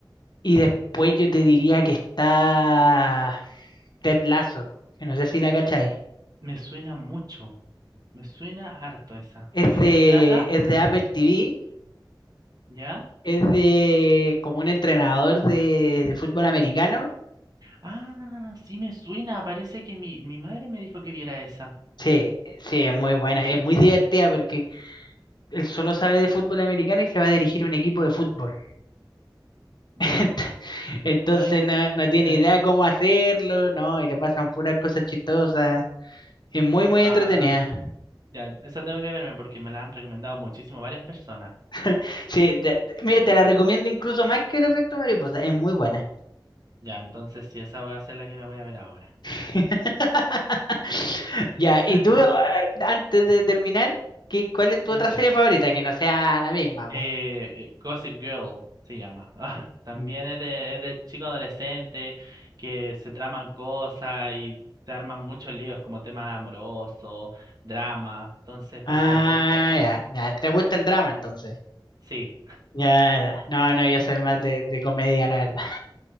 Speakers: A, on the left; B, on the right.
A: Y después yo te diría que está Ted Lasso, que no sé si la cacháis.
B: Me suena mucho. Me suena harto esa.
A: Es
B: ¿De
A: de,
B: qué se trata?
A: es de Apple TV,
B: ¿Ya?
A: es de como un entrenador de, de fútbol americano.
B: Ah, sí me suena. Parece que mi, mi madre me dijo que viera esa.
A: Sí, sí, es muy buena,
B: Sí,
A: es muy divertida porque él solo sabe de fútbol americano y se va a dirigir un equipo de fútbol.
B: mi.
A: <laughs> Entonces
B: Ay.
A: no, no tiene
B: <laughs>
A: idea cómo hacerlo, ¿no? Y le pasan puras cosas chistosas. Es muy, muy
B: Ah,
A: entretenida.
B: ya, esa tengo que verme porque me la han recomendado muchísimo varias personas.
A: <laughs> Sí, te- te- mira, te la recomiendo incluso más que el efecto mariposa. Es muy buena.
B: Ya, entonces sí, esa voy a ser la que me voy a ver ahora.
A: <laughs>
B: Sí.
A: Ya, y
B: <laughs>
A: tú, eh, antes de terminar, ¿qué, cuál es tu
B: Dime.
A: otra serie favorita? Que no sea la misma,
B: Eh,
A: po.
B: Gossip Girl se llama. Ah, también
A: Mm.
B: es de, es de chicos adolescentes que se traman cosas y se arman muchos líos como temas amorosos, drama. Entonces pasa
A: Ah,
B: de todo un poco.
A: ya, ya. ¿Te gusta el drama entonces?
B: Sí.
A: Ya, ya. No, no, yo soy más de, de comedia, la verdad.